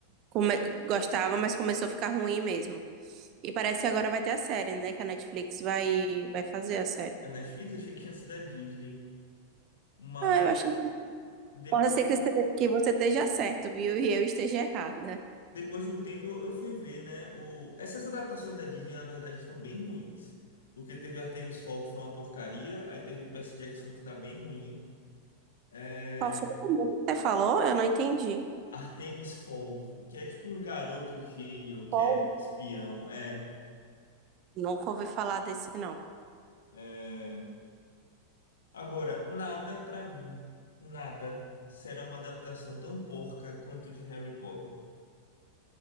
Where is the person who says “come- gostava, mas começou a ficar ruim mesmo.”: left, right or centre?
Right